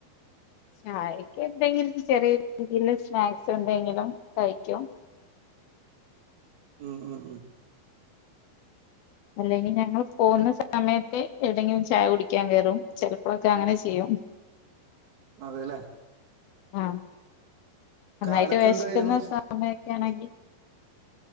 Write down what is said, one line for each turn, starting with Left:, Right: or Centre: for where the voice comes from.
Left: ചായക്ക് എന്തെങ്കിലും ചെറിയ രീതിൽ സ്നാക്സ് എന്തെങ്കിലും കഴിക്കും
Right: ഉം ഉം ഉം
Left: അല്ലെങ്കിൽ ഞങ്ങൾ പോകുന്ന സമയത്ത് എവിടെങ്കിലും ചായ കുടിക്കാൻ കയറും ചെലപ്പോഴൊക്കെ അങ്ങനെ ചെയ്യും
Right: അതല്ലേ
Left: ആ നന്നായിട്ട്
Right: കാലത്ത്
Left: വെശക്കുന്ന
Right: എന്തായിരുന്നു
Left: സമയ ക്ക ആണെങ്കിൽ